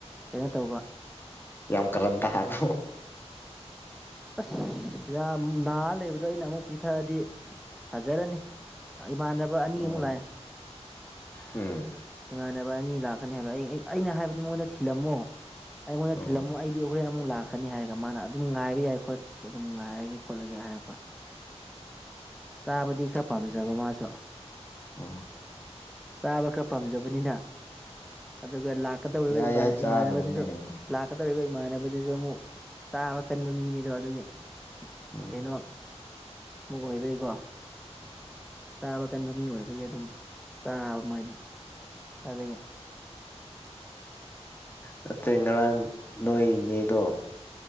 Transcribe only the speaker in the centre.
ꯀꯩꯅꯣ ꯇꯧꯕ
ꯑꯁ ꯌꯥꯝ ꯅꯥꯍ ꯂꯩꯕꯗꯣ ꯑꯩꯅ ꯑꯃꯨꯛ ꯄꯤꯊꯛꯑꯗꯤ ꯐꯖꯔꯅꯤ ꯏꯃꯥꯟꯅꯕ
ꯑꯅꯤꯃꯨꯛ ꯂꯥꯛꯑꯦ
ꯏꯃꯥꯟꯅꯕ ꯑꯅꯤ ꯂꯥꯛꯀꯅꯤ ꯍꯥꯏꯕ ꯑꯩ ꯑꯩꯅ ꯍꯥꯏꯕꯗꯤ ꯃꯉꯣꯟꯗ ꯊꯤꯜꯂꯝꯃꯣ ꯑꯩꯉꯣꯟꯗ
ꯊꯤꯜꯂꯝꯃꯣ ꯑꯩꯗꯤ ꯍꯣꯔꯦꯟ ꯑꯃꯨꯛ ꯂꯥꯛꯈꯅꯤ ꯍꯥꯏꯔꯒ ꯃꯥꯅ ꯑꯗꯨꯝ ꯉꯥꯏꯕ ꯌꯥꯏꯣꯠ ꯑꯗꯨꯝ ꯉꯥꯏꯔꯒꯦ ꯈꯣꯠꯂꯒꯦ ꯍꯥꯏꯔꯛꯄ ꯆꯥꯕꯗꯤ ꯈꯔ
ꯄꯥꯝꯖꯕ
ꯃꯥꯁꯨ
ꯆꯥꯕ ꯈꯔ ꯄꯥꯝꯖꯕꯅꯤꯅ ꯑꯗꯨꯒ ꯂꯥꯛꯀꯗꯧꯔꯤꯕ
ꯏꯃꯥꯟꯅꯕꯗꯨꯁꯨ
ꯂꯥꯛꯀꯗꯧꯔꯤꯕ ꯏꯃꯥꯅꯕꯗꯨꯁꯨ ꯑꯃꯨꯛ ꯆꯥꯕ ꯀꯟꯕ ꯃꯤꯅꯤꯗꯣ ꯑꯗꯨꯒꯤ
ꯀꯩꯅꯣ ꯃꯤ ꯑꯣꯏꯕꯒꯤꯀꯣ ꯆꯥꯕ ꯀꯟꯕ ꯃꯤ ꯑꯣꯏꯕꯒꯤ ꯑꯗꯨꯝꯥ ꯁꯥꯏꯅ ꯑꯗꯨꯗꯒꯤ